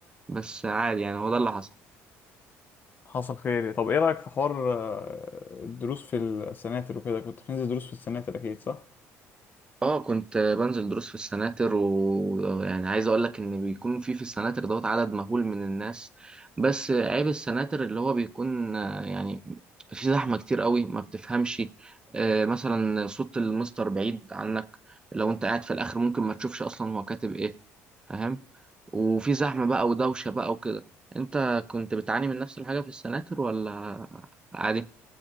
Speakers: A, on the right; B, on the left.
A: بس عادي يعني هو ده اللي حصل
B: حصل خير إيه؟ طب ايه رأيك في حوار آه، الدروس في السناتر وكده كنت بتنزل دروس في السناتر اكيد صح؟
A: اه كنت بنزل دروس في السناتر ويعني عايز اقول لك ان بيكون في في السناتر دوت عدد مهول من الناس بس عيب السناتر اللي هو بيكون آه، يعني في زحمة كتير قوي ما بتفهمش آه، مثلا صوت المستر بعيد عنك لو انت قاعد في الاخر ممكن ما تشوفش اصلا هو كاتب ايه فاهم وفي زحمة بقى ودوشة بقى وكده انت كنت بتعاني من نفس الحاجة في السناتر ولا عادي؟